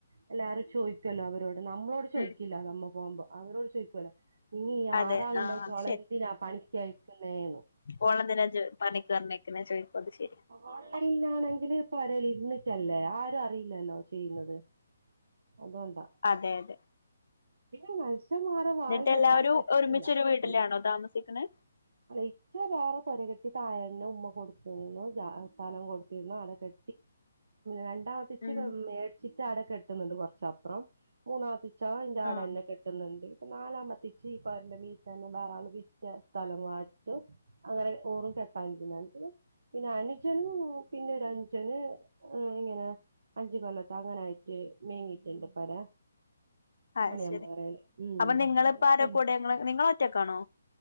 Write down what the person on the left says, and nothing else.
ഉം
അതെ
ആഹ് അത്
ഓളെ ന്തിനാ പണിക്ക് പറഞ്ഞയക്കുന്നേ ചോദിക്കോത് ശരി
അതെ അതെ
എന്നിട്ട്
എല്ലാവരും
ഒരുമിച്ചൊരു വീട്ടിലാണോ
താമസിക്കണെ
ഉം
ആഹ്
അത്
ശരി
അപ്പൊ നിങ്ങളിപ്പോ
ആരാ കൂടെ നിങ്ങള് നിങ്ങള് ഒറ്റക്കാണോ